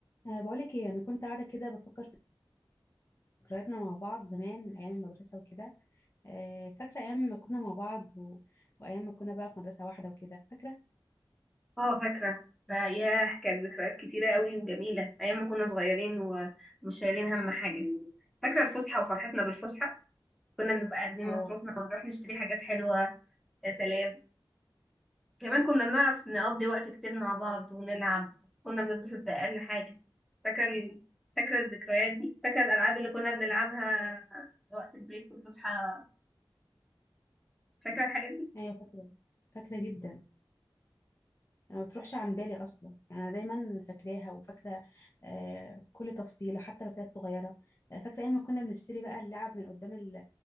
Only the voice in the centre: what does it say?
اه فاكرة ده ياه كانت ذكريات كتيرة قوي وجميلة أيام ما كنا صغيرين ومش شايلين هم حاجة فاكرة الفسحة وفرحتنا بالفسحة كنا بنبقى واخدين
مصروفنا ونروح نشتري حاجات حلوة يا سلام كمان كنا بنعرف نقضي وقت كتير مع بعض ونلعب كنا بنتبسط بأقل حاجة فاكرة ال... فاكرة الذكريات دي فاكرة الألعاب اللي كنا بنلعبها وقت البريك والفسحة فاكرة الحاجات دي